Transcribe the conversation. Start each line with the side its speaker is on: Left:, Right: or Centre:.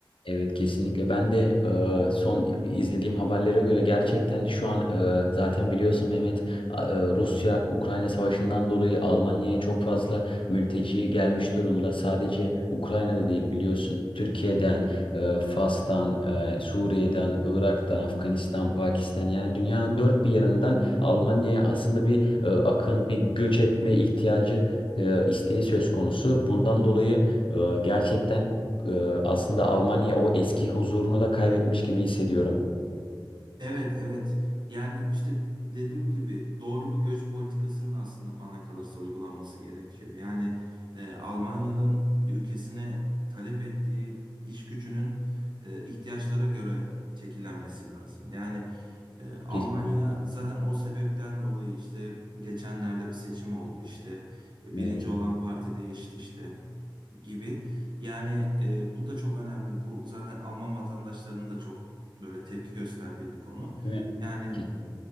Left: Evet kesinlikle. Ben de e, son izlediğim haberlere göre gerçekten şu an e, zaten biliyorsun Mehmet a- e, Rusya-Ukrayna savaşından dolayı Almanya'ya çok fazla mülteci gelmiş durumda. Sadece Ukrayna'da değil biliyorsun. Türkiye'den, e, Fas'tan, e, Suriye'den, Irak'tan, Afganistan, Pakistan yani dünyanın dört bir yanından Almanya'ya aslında bir e, akın, bir göç etme ihtiyacı e, isteği söz konusu. Bundan dolayı e, gerçekten ee, aslında Almanya o eski huzurunu da kaybetmiş gibi hissediyorum.
Right: Evet, evet. Yani işte dediğim gibi doğru bir göç politikasının aslında bana kalırsa uygulanması gerekiyor. Yani e, Almanya'nın ülkesine talep ettiği iş gücünün e, ihtiyaçlara göre şekillenmesi lazım. Yani e, Almanya
Left: Keşke.
Right: zaten o sebepten dolayı işte geçenlerde bir seçim oldu işte E,
Left: Evet.
Right: birinci olan parti değişti işte gibi. Yani e, bu da çok önemli. Bu zaten Alman vatandaşlarının da çok böyle tepki gösterdiği bir konu.
Left: Değil mi?
Right: Yani
Left: Ke-